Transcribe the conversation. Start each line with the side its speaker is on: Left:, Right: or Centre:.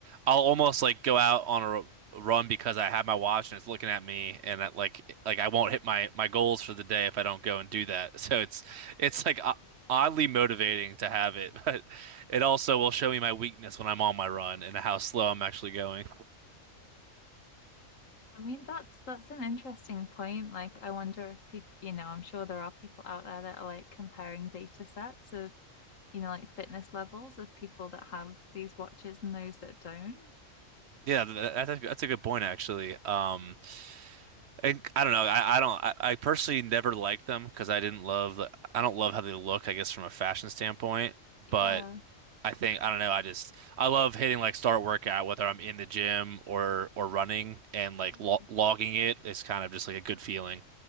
Right: I'll almost like go out on a r- run because I have my watch and it's looking at me and I, like like I won't hit my my goals for the day if I don't go and do that. <laughs> So it's
Left: Really?
Right: it's like o- oddly motivating to have it, <laughs> but it also will show me my weakness when I'm on my run and how slow I'm actually going.
Left: I mean, that's that's an interesting point. Like, I wonder if people, you know, I'm sure there are people out there that are like comparing data sets of, you know, like fitness levels of people that have these watches and those that don't.
Right: Yeah, th- th- that's a, that's a good point actually. Um I, I don't know. I, I don't. I, I personally never liked them because I didn't love. The, I don't love how they look. I guess from a fashion standpoint,
Left: Yeah.
Right: but I think I don't know. I just I love hitting like start workout whether I'm in the gym or or running and like
Left: Mhm.
Right: lo logging it is kind of just like a good feeling.